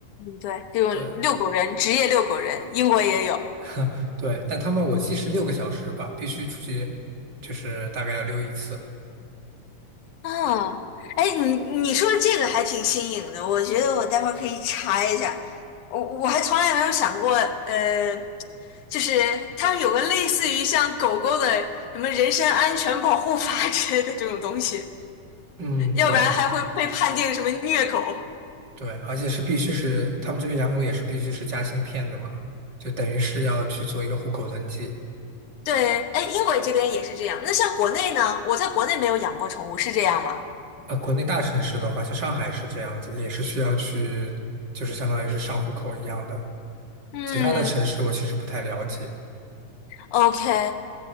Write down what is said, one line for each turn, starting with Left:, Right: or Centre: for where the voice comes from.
Left: 对，这种遛狗人，
Right: 对，
Left: 职业遛狗人，英国也有。
Right: <laughs> 对，但他们我记是六个小时吧，必须出去，就是大概要溜一次。
Left: 啊，哎，你你说这个还挺新颖的，我觉得我待会儿可以查一下。我我还从来没有想过，呃，就是他们有个类似于像狗狗的什么人身安全保护法 <laughs> 之类的这种东西，
Right: 嗯，
Left: 要不然还会被判定什么虐狗。
Right: 对对，而且是必须是他们这边养狗也是必须是加芯片的嘛，就等于是要去做一个户口登记。
Left: 对，哎，英国这边也是这样。那像国内呢？我在国内没有养过宠物，是这样吗？
Right: 呃，国内大城市的话，像上海是这样子，也是需要去，就是相当于是上户口一样的。
Left: 嗯
Right: 其他的城市我其实不太了解，
Left: ，OK，